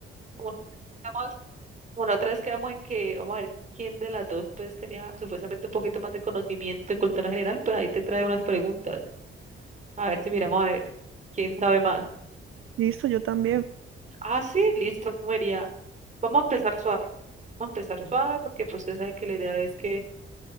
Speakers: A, on the right; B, on the right.
A: como estamos Como la otra vez quedamos en que, vamos a ver quién de las dos pues tenía supuestamente un poquito más de conocimiento de cultura general, pues ahí te trae unas preguntas. A ver si miramos a ver quién sabe más.
B: Listo, yo también.
A: Ah, sí, listo, comería. Vamos a empezar suave. Vamos a empezar suave porque pues usted sabe que la idea es que